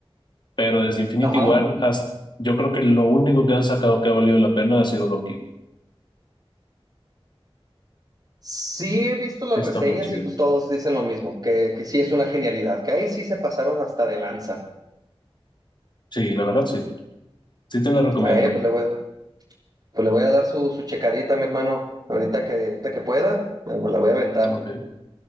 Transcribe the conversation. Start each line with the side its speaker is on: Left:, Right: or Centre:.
Left: Pero desde Infinity
Right: Ajá.
Left: War, hasta, yo creo que lo único que han sacado que ha valido la pena ha sido Loki.
Right: Sí he visto las
Left: Sí, está
Right: reseñas
Left: muy chido.
Right: y pues todos dicen lo mismo, que, que sí es una genialidad, que ahí sí se pasaron hasta de lanza.
Left: Sí, la verdad, sí. Sí te la recomiendo.
Right: Eh, pues le voy, Pues le voy a dar su, su checadita, mi hermano, ahorita que, ahorita que pueda, eh, me la voy a aventar.
Left: Ok,